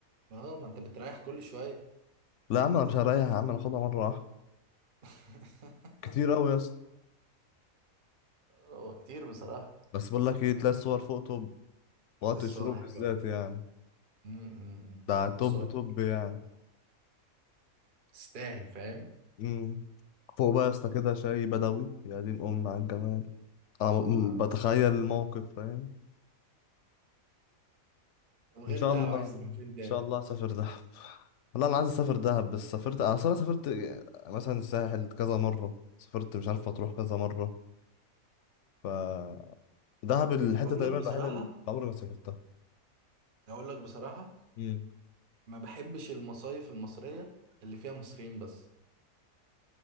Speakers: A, on the right (about 40°); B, on the left (about 65°).
A: اه ما انت بتريح كل شويه
B: لا يا عم انا مش هريح يا عم انا هاخدها مره واحده
A: <laughs>
B: كتير قوي يا اسطى
A: هو كتير بصراحه
B: بس بقول لك ايه تلاقي الصور فوق توب وقت
A: الصور
B: الشروق
A: حلوه
B: بالذات
A: أوي.
B: يعني
A: أمم، أمم، أمم.
B: ده توب
A: الصور
B: توب
A: حلوة
B: يعني
A: بصراحه تستاهل فاهم
B: مم. فوق بقى يا اسطى كده شاي بدوي يا دين أم على الجمال أنا م-
A: آه.
B: بتخيل الموقف فاهم
A: طب غير
B: إن شاء
A: ده
B: الله
A: عايز
B: إن
A: تروح فين تاني
B: شاء الله أسافر دهب لا أنا عايز أسافر دهب بس سافرت أنا أصلا سافرت مثلا الساحل كذا مرة سافرت مش عارف أتروح كذا مرة ف دهب الحتة
A: اقول
B: تقريبا
A: لك بصراحه
B: الوحيدة اللي عمري ما سافرتها
A: اقول لك بصراحه
B: امم
A: ما بحبش المصايف المصريه اللي فيها مصريين بس